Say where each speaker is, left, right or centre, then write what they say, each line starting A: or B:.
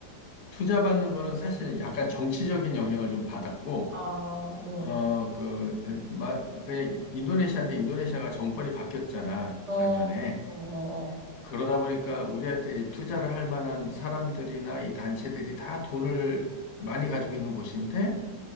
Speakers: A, on the left; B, on the right.
A: 투자 받는 거는 사실 약간 정치적인 영향을 좀 받았고
B: 어, 어,
A: 어, 그, 마, 그냥 인도네시아인데 인도네시아가 정권이 바뀌었잖아,
B: 어,
A: 작년에.
B: 어, 어,
A: 그러다 보니까 우리한테 이제 투자를 할 만한 사람들이나 이 단체들이 다 돈을 많이 가지고 있는 곳인데